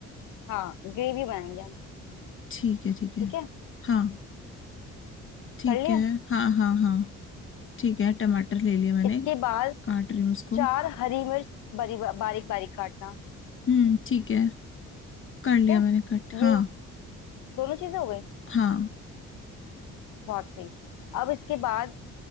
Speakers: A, on the left; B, on the left.
A: हाँ ग्रेवी बनाएंगे हम
B: ठीक है ठीक है
A: ठीक है
B: हाँ ठीक
A: कर लिया
B: है हाँ हाँ हाँ ठीक है टमाटर ले लिया मैंने
A: इसके बाद
B: काट रही हूँ उसको
A: चार हरी मिर्च बरी बारीक बारीक काटना
B: हम्म ठीक है कर
A: ठीक
B: लिया
A: है
B: मैंने कट हाँ
A: ये दोनों चीजें हो गई
B: हाँ
A: बहुत सही अब इसके बाद